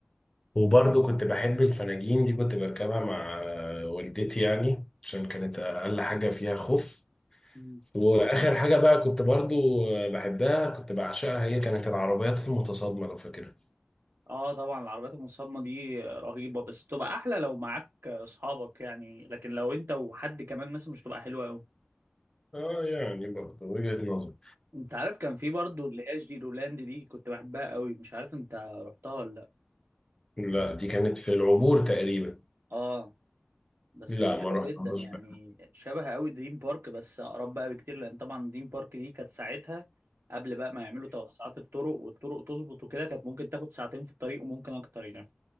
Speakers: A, on the left (about 15°); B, on the right (about 80°).
A: وبرضو كنت بحب الفناجين دي كنت بركبها مع آه، والدتي يعني عشان كانت اقل حاجه فيها خوف
B: مم.
A: واخر حاجه بقى كنت برضو بحبها كنت بعشقها هي كانت العربيات المتصادمه لو فاكرها
B: اه طبعا العربيات المصادمة دي رهيبة بس بتبقى احلى لو معاك اصحابك يعني لكن لو انت وحد كمان مثلا مش بتبقى حلوة قوي
A: اه يعني برضو وجهه نظر
B: انت عارف كان في برضو اللي هي جيرولاند دي كنت بحبها قوي مش عارف انت رحتها ولا لا
A: لا دي كانت في العبور تقريبا
B: اه بس
A: لا
B: كانت حلوه
A: ما رحتهاش
B: جدا يعني
A: بقى
B: شبه قوي دريم بارك بس اقرب بقى بكتير لان طبعا دريم بارك دي كانت ساعتها قبل بقى ما يعملوا توسعات الطرق والطرق تظبط وكده كانت ممكن تاخد ساعتين في الطريق وممكن اكتر يعني